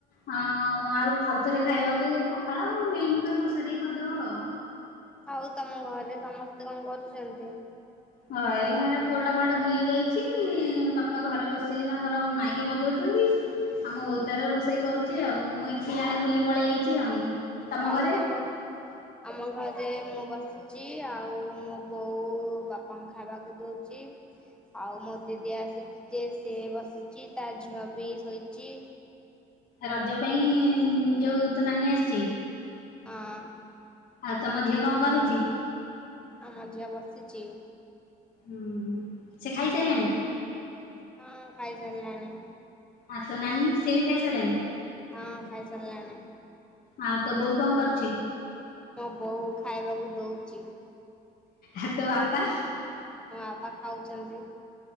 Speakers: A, on the left; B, in the centre.
A: ହଁ ଆଳୁ ଆଉ ଆଉଥରେ ଖାଇବାକୁ ପଖାଳ ମିଲ୍ ମିକର କଷା ଟିକେ କରିଦବ ଆଉ।
B: ଆଉ ତମ ଘରେ ସମସ୍ତେ କଣ କରୁଚନ୍ତି?
A: ଘରେ ଏଇନା ପୁଅ ଟା କୁଆଡ଼େ ବୁଲି ଯାଇଛି ବାପା ଘରେ ବସିକି ତାଙ୍କର ମାଇକି ବଜଉଚନ୍ତି। ଆମ ବୋଉ ତାର ରୋଷେଇ କରୁଛି ଆଉ ମୁଁ ଏଠି ଆଡ଼େ ବୁଲି ପଳେଇ ଆଇଛି ଆଉ। ତମ
B: ଆଉ ତମ
A: <unintelligible>
B: ଆମ ଘରେ ମୁଁ ବସିଛି ଆଉ ମୋ ବୋଉ ବାପାଙ୍କ ଖାଇବାକୁ ଦଉଛି। ଆଉ ମୋ ଦିଦି ଆସିଛି ଯେ ସେ ବସିଛି ତା ଝିଅ ବି ଶୋଇଚି।
A: ରଜ ପାଇଁ ଯୋଉ ତୋ ନାନୀ ଆସିଛି?
B: ହଁ।
A: ଆଉ ତମ ଝିଅ କଣ କରୁଛି?
B: ଆମ ଝିଅ ବସିଛି।
A: ହୁଁ ହୁଁ ସେ ଖାଇସାରିଲାଣି?
B: ହଁ ଖାଇ ସାରିଲାଣି।
A: ଆଁ ତୋ ନାନୀ ସିଏ ବି ଖାଇ ସାରିଲାଣି।
B: ହଁ ଖାଇସାରିଲାଣି।
A: ଆଉ ତୋ ବୋଉ କଣ କରୁଛି?
B: ମୋ ବୋଉ ଖାଇବାକୁ ଦଉଚି।
A: ଆ ତୋ ବାପା?
B: ମୋ ବାପା ଖାଉଛନ୍ତି।